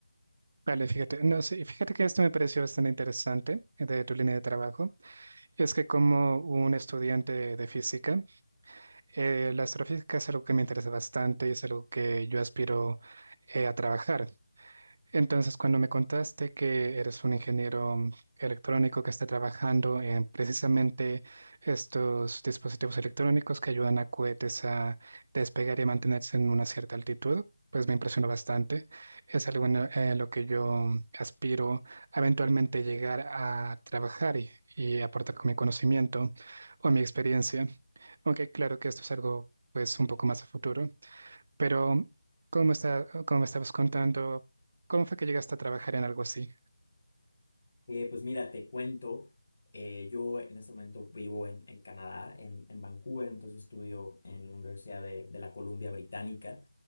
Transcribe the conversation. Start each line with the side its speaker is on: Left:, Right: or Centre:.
Right: Vale, fíjate. No, sí, fíjate que esto me pareció bastante interesante eh, de tu línea de trabajo. Es que como un estudiante de física, eh, la astrofísica es algo que me interesa bastante y es algo que yo aspiro eh, a trabajar. Entonces, cuando me contaste que eres un ingeniero mm, electrónico que está trabajando en precisamente estos dispositivos electrónicos que ayudan a cohetes a despegar y a mantenerse en una cierta altitud, pues me impresionó bastante. Es algo en lo lo que yo aspiro a eventualmente llegar a trabajar y, y aportar con mi conocimiento o mi experiencia. Aunque claro que esto es algo pues un poco más a futuro. Pero, ¿cómo está, cómo me estabas contando? ¿Cómo fue que llegaste a trabajar en algo así?
Left: Eh, pues mira, te cuento, eh, yo en este momento vivo en, en Canadá, en, en Vancouver, entonces estudio en la Universidad de, de la Columbia Británica